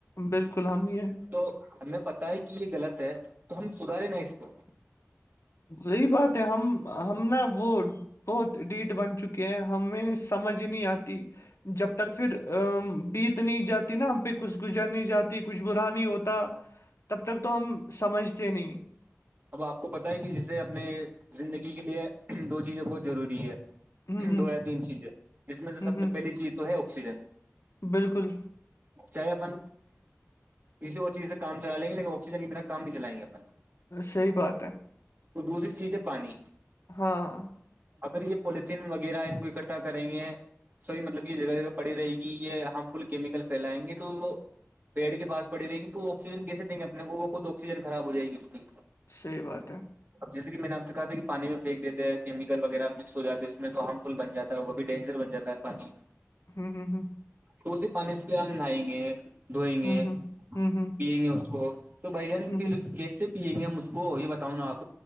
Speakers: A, on the left; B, on the right.
A: بلکل ہم ہی ہیں
B: تو ہمیں پتا ہے کہ یہ غلط ہے تو ہم سدھارے نا اس کو
A: وہی بات ہے ہم ہم نا وہ بہت ڈھیٹ بن چکے ہیں ہمیں سمجھ نہیں آتی جب تک پھر بیت نہیں جاتی نا ہم پہ کچھ گزر نہیں جاتی کچھ برا نہیں ہوتا تب تک تو ہم سمجھتے نہیں
B: اب آپ کو پتہ ہے کہ جسے اپنے زندگی کے لیے دو چیزیں بہت ضروری ہے
A: ہوں ہوں
B: دو یا تین چیزیں جس میں سے
A: ہوں
B: سب سے
A: ہوں
B: پہلی چیز تو ہے آکسیجن
A: بالکل
B: چاہے اپن کسی اور چیز سے کام چلا لیں گے لیکن آکسیجن کہ بنا کام نہیں چلیں گے اپن
A: صحیح بات ہے
B: وہ دوسری چیز ہے پانی
A: ہاں
B: اگر یہ پولیتھیین وغیرہ ان کو اکٹھا کریں گے سوری مطلب یہ جگہ جگہ پڑی رہے گی یہ ہارم فل کیمکل فھیلائیں گے تو وہ پیڑ کے پاس پڑی رہے گی تو وہ آکسیجن کیسے دیں گے اپنے کو وہ خود آکسیجن خراب ہو جائے گی اس کی
A: صحیح بات ہے
B: اب جیسے کہ میں نے آپ سے کہا تھا کہ پانی میں پنیک دیتے ہیں کیمیکل وغیرہ میں سو جاتی اس میں تو ہارم فل بن جاتا ہے وہ بھی ڈینجر بن جاتا ہے پانی
A: ہوں ہوں ہوں
B: تو اسی پانی سے پہ ہم نہائیں گے دھوئیں گے
A: ہوں ہوں ہوں ہوں
B: پیئیں گے اس کو تو بھائی جان
A: ہوں
B: پھر
A: ہوں
B: کیسے پیئیں گے ہم اس کو یہ بتاؤں نا آپ